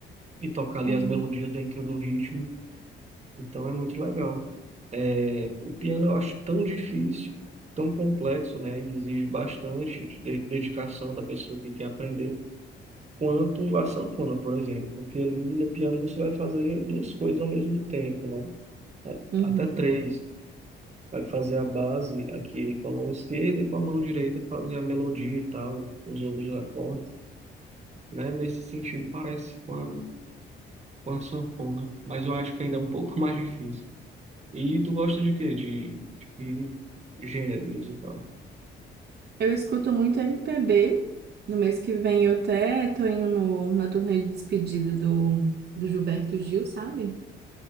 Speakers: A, on the right; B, on the right.
A: e tocar ali
B: Uhum.
A: as melodias dentro do ritmo. Então é muito legal. É, o piano eu acho tão difícil, tão complexo, né? E exige bastante de- dedicação da pessoa que quer aprender, quanto a sanfona, por exemplo. Porque ali no piano você vai fazer duas coisas ao mesmo tempo, né?
B: Uhum.
A: A- Até três. Vai fazer a base aqui com a mão esquerda e com a mão direita fazer a melodia e tal, os outros acordes, né? Nesse sentido parece com a, com a sanfona, mas eu acho que ainda é um pouco <laughs> mais difícil. E tu gosta de quê? De, de que gênero musical?
B: Eu escuto muito MPB. No mês que vem eu até tô indo no- na turnê de despedida do, do Gilberto Gil, sabe?